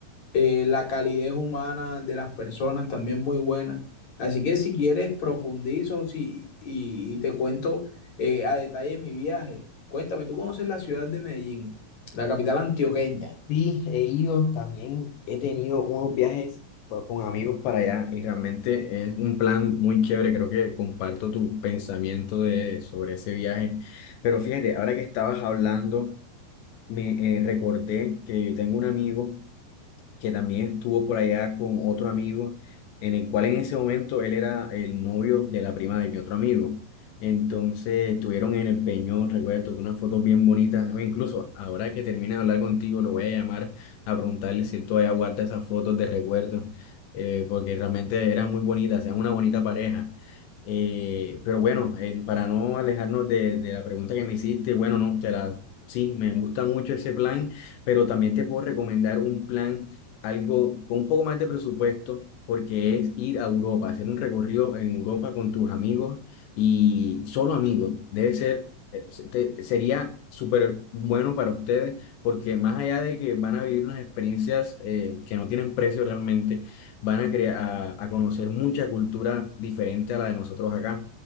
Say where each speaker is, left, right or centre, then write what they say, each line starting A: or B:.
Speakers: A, on the left; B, on the left.
A: eh, la calidez humana de las personas también muy buena. Así que si quieres profundizo si, y, y, te cuento eh, a detalle mi viaje. Cuéntame, ¿tú conoces la ciudad de Medellín, la capital antioqueña,
B: Sí, he ido, también he tenido unos viajes por- con amigos para allá y realmente es un plan muy chévere. Creo que comparto tu pensamiento de, sobre ese viaje. Pero fíjate, ahora que estabas hablando, me eh, recordé que yo tengo un amigo. que también estuvo por allá con otro amigo, en el cual en ese momento él era el novio de la prima de mi otro amigo. Entonces estuvieron en el Peñón, recuerdo, que unas fotos bien bonitas. O incluso ahora que termine de hablar contigo, lo voy a llamar a preguntarle si él todavía guarda esas fotos de recuerdo, eh, porque realmente eran muy bonitas, eran una bonita pareja. Eh, pero bueno, eh, para no alejarnos de, de la pregunta que me hiciste, bueno, no, te la, sí, me gusta mucho ese plan, pero también te puedo recomendar un plan algo con un poco más de presupuesto, porque es ir a Europa, hacer un recorrido en Europa con tus amigos y solo amigos. Debe ser, eh, se- te- sería súper bueno para ustedes, porque más allá de que van a vivir unas experiencias eh, que no tienen precio realmente, van a, crea- a, a conocer mucha cultura diferente a la de nosotros acá.